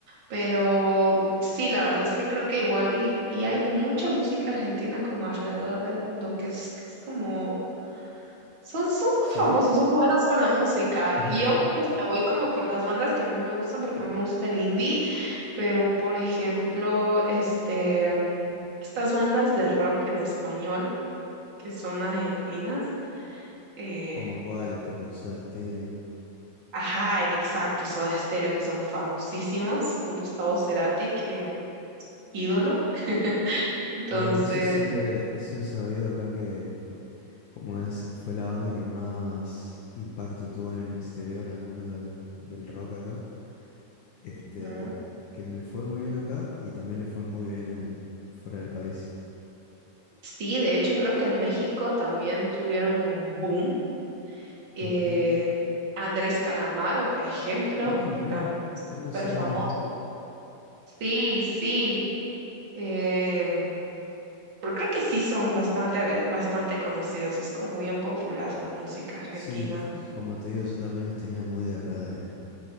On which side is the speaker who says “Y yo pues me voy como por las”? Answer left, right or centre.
Right